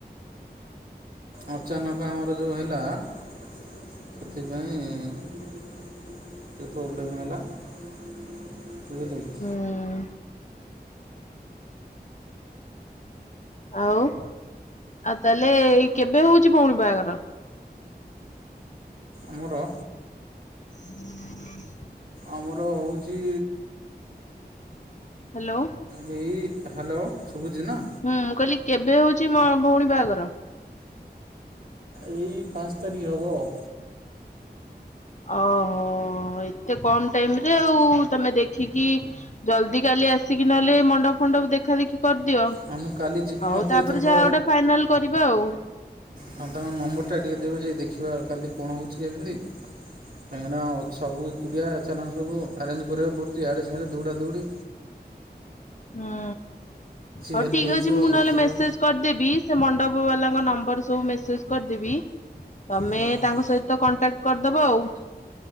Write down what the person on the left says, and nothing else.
ହୁଁ ଆଉ ଆଉ ତାହେଲେ ଏଇ କେବେ ହଉଛି ଭଉଣ ବାହାଘର
ହୁଁ
ହ୍ୟାଲୋ
ହୁଁ ମୁଁ କହିଲି କେବେ ହଉଛି ମ ଭଉଣୀ ବାହାଘର?
ଓହୋ ଏତେ କମ ଟାଇମ ରେ ଆଉ ତମେ ଦେଖିକି ଜଲଦି କାଲି କାଲି ଆସିକି ନହେଲେ ମଣ୍ଡପ ଫଣ୍ଡପ ଦେଖା ଦେଖି କରିଦିଅ
ହଉ
ତାପରେ
ଯାହା ଗୋଟା ଫାଇନାଲ କରିବା ଆଉ
ହୁଁ ହଉ
ଠିକ
ଅଛି ମୁଁ
ନହେଲେ ମେସେଜ
କରିଦେବି ସେ ମଣ୍ଡପ ବାଲାଙ୍କ ନମ୍ବର ସବୁ ମେସେଜ କରିଦେବି ତମେ
ତାଙ୍କ ସହିତ କଣ୍ଟାକ୍ଟ କରିଦବ ଆଉ